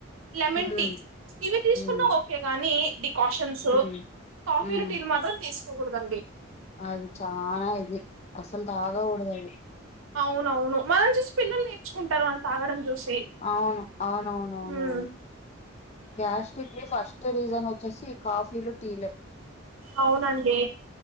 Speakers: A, on the right; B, on the left.
A: లెమన్
B: ఉమ్
A: టీ ఇవి తీసుకున్నా
B: ఉమ్
A: ఓకే కానీ డికాషన్స్
B: ఉమ్
A: కాఫీలు
B: ఉమ్
A: టీలు మాత్రం తీసుకు కోకూడదండి
B: అది చానా ఇది అసలు తాగకూడదది
A: అవును నవును మనల్ని చూసి పిల్లలు నేర్చుకుంటారు అని తాగడం చూసి
B: అవును అవునవునవునవును
A: ఉమ్
B: గ్యాస్ట్రిక్ ఏ ఫస్ట్ రీజన్ వచ్ చ్చేసి కాఫీలు టీలు
A: అవునండి